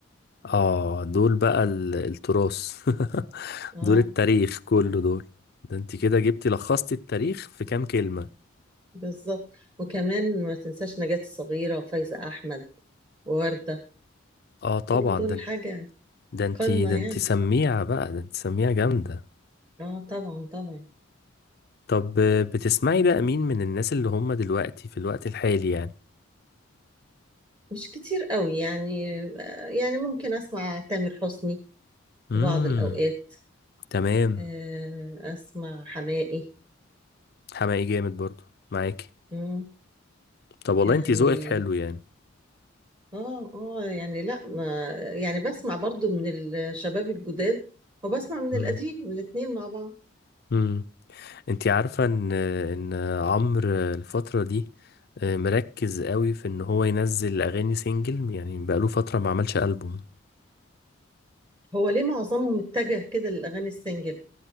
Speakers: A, on the left; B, on the right.
A: اه دول بقى ال- التراث <laughs>
B: اه
A: دول التاريخ كله دول ده انت كده جبتي لخصتي التاريخ في كام كلمة
B: بالظبط وكمان ما تنساش نجاة الصغيرة وفايزة أحمد ووردة
A: اه طبعا
B: كل دول
A: ده
B: حاجة
A: ده انت
B: قمة
A: ده
B: يعني
A: انت سميعة بقى ده انت سميعة جامدة
B: اه طبعا طبعا
A: طب بتسمعي بقى مين من الناس اللي هم دلوقتي في الوقت الحالي يعني
B: مش كتير قوي يعني آه، يعني ممكن أسمع تامر حسني
A: امم
B: في بعض الأوقات
A: تمام
B: آه، اسمع حماقي
A: حماقي جامد برضو معاكي
B: مم،
A: طب والله
B: يعني
A: انتي ذوقك حلو يعني
B: اه اه يعني لا ما يعني بسمع برضو من الشباب الجداد وبسمع من
A: امم
B: القديم الاتنين مع بعض
A: امم انتي عارفة ان ان عمرو الفترة دي آه، مركز قوي في ان هو ينزل اغاني سينجل يعني بقاله فترة ما عملش ألبوم
B: هو ليه معظمهم اتجه كده للاغاني السنجل